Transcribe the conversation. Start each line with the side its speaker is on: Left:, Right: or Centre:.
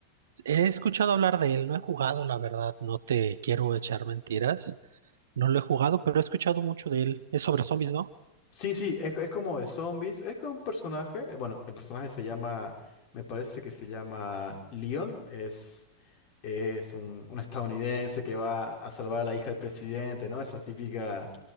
Right: He escuchado hablar de él, no he jugado, la verdad, no te quiero echar mentiras. No lo he jugado, pero he escuchado mucho de él. Es sobre zombies, ¿no?
Left: Sí, sí, es, es como de zombies. Es como un personaje. eh, Bueno, el personaje se llama. Me parece que se llama Leon. Es, es un, un estadounidense que va a salvar a la hija del presidente, ¿no? Esa típica.